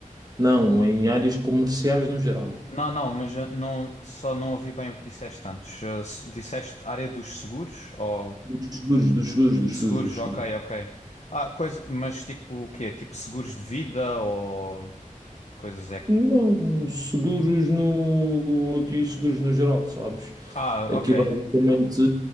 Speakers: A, on the right (about 30°); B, on the left (about 50°).
A: Não, em áreas comerciais no geral.
B: Não, não, mas eh, não, só não ouvi bem o que disseste antes. Eh, se- Disseste área dos seguros ou
A: Dos seguros, dos seguros, dos
B: seguros,
A: seguros, dos
B: ok,
A: seguros.
B: ok. Ah, coisa, mas tipo o quê? Tipo seguros de vida ou que tipo de coisas é que.
A: Não, seguros no, aqui seguros no geral, sabes?
B: Ah,
A: Aqui
B: ok,
A: basicamente